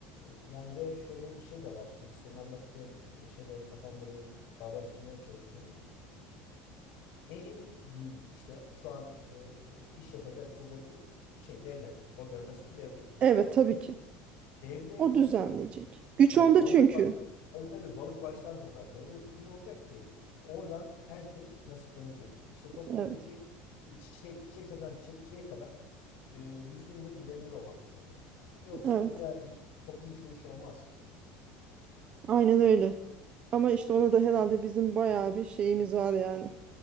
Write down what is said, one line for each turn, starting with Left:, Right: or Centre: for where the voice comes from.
Left: yani ve şöyle bir şey de var. Şimdi senin anlattığın e, şeyle kafamda böyle bağdaştırmaya çalışıyorum. En büyük işte şu an e, iş yapacak burada kurum şey devlet, organizasyon devlet.
Right: Evet tabii ki.
Left: Devlet
Right: O düzenleyecek. Güç
Left: bak
Right: onda
Left: balık
Right: çünkü.
Left: Tabii tabii balık baştan kokar. Devlet düzgün olacak ki oradan herkes nasiplenecek. İşte toplumdaki
Right: Evet.
Left: çiçek çiçek satan çiçekçiye kadar e, düzgün ve güvenilir olmak zorunda. Yoksa
Right: Evet.
Left: güzel düzgün toplum işleyişi olmaz.
Right: Aynen öyle. Ama işte ona da herhalde bizim bayağı bir şeyimiz var yani.